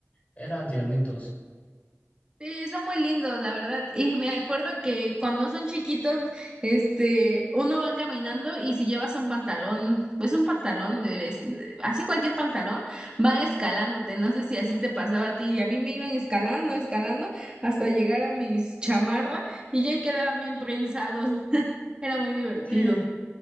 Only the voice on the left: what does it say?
eran tiernitos.
Sí,